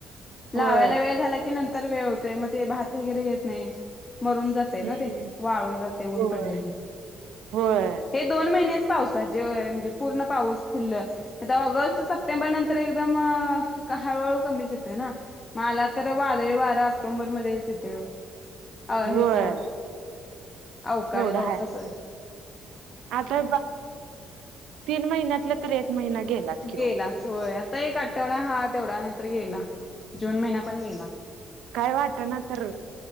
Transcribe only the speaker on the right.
होय
हम्म
होय
होय
होय
एवढं
हाय
आता तीन महिन्यात.. <unintelligible> महिना गेलास
किं.
काय वाट ना तर